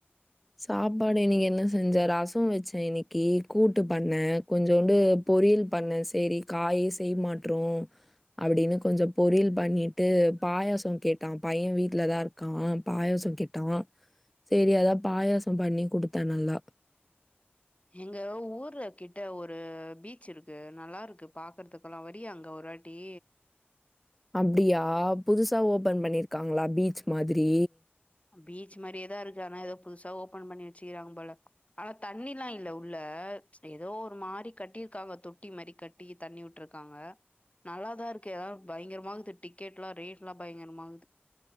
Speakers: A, in the centre; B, on the left.
A: சாப்பாடு இன்னைக்கு என்ன செஞ்ச ரசோ வச்சே இன்னைக்கு கூட்டு பண்ண கொஞ்சோண்டு பொரியல் பண்ண சரி காயே செய்மாட்றோ அப்டின்னு கொஞ்சோ பொரியல் பண்ணிட்டு பாயாசோ கேட்டா பையன் வீட்லதா இரு கா பாயாசோ கேட்ன் செரி அதா பாயாசோ பண்ணி குடுத்தே நல்லா
B: எங்க ஊர்ல கிட்ட ஒரு பீச் இருக்கு நல்லா இருக்கு பாக்றதுக்கல்லா வரியா அங்க ஒரு வாட் டி
A: அப்டியா புதுசா ஓப்பன் பண்ணிருக்காங்ளா பீச் மாதிரி
B: பீச் மாரியேதா இருக்கு ஆனா ஏதோ புதுசா ஓப்பன் பண்ணி வச்சுக்கிறாங்க போல ஆனா தண்ணில்லா இல்ல உள்ள எதோ ஒரு மாரி கட்டிருக்காங்க தொட்டி மாரி கட் டி தண்ணி உட்ருக்காங்க நல்லாதா இருக்கு ஏதாது பயங்கரமாகிது டிக்கெட்லா ரேட்டாலா பயங்கரமாகிது